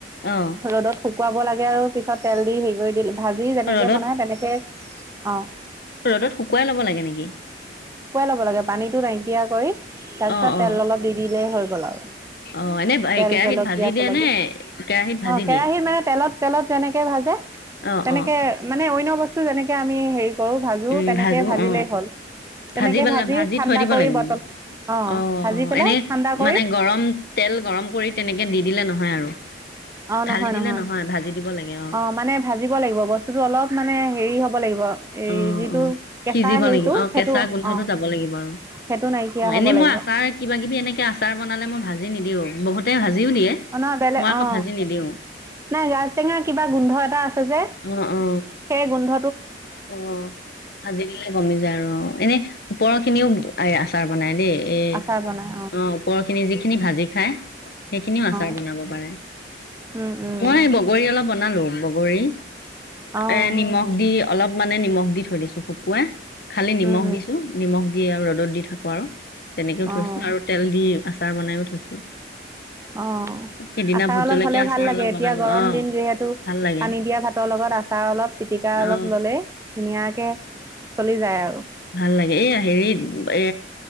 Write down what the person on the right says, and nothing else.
ৰ'দত। শুকুৱাব লাগে আৰু পিছত তেল দি হেৰি কৰি দিলো। ভাজি যেনেকে
বনাই তেনেকে। অঁ।
লাগ পানীতো নাইকিয়া কৰি, তাৰপিছত
তেল
অলপ দি দি। হৈ গ'ল আৰু।
তেল
জলকীয়া
চকীয়া,
অ কেৰাহিত
মানে তেলত তেলত যেনেকে ভাজে
তেনেকে
মানে অইন। বস্তু যেনেকে আমি হেৰি। কৰো ভাজো
তেনেকে
ভাজিলেই
হ'ল। তেনেকে
ঠাণ্ডা
কৰি
বটল
ভাজি
পেলাই
ঠাণ্ডা কৰি
অ,
নহয়
নহয়
অ মানে ভাজিব লাগিব বস্তুটো অলপ মানে। হেৰি হ'ব লাগিব। এই
যিটো
কেঁচা
হেৰিটো
সেইটো
অ
সেইটো নাইকিয়া
হ'ব
লাগিব
অ, ন বেলেগ
অ
নাই ৰাজটেঙাৰ কিবা গোন্ধ এটা আছে যে
সেই গোন্ধ।
আচাৰ বনাই
অ
উম উম
আহ
উম উম
আহ
অঁ,
আচাৰ
অলপ
হলে ভাল
লাগে
এতিয়া
গৰম
দিন যিহেতু
পানী দিয়া ভাতৰ লগত আচাৰ অলপ পিটিকা
অলপ ললে। ধুনীয়া। চলি যায় আৰু।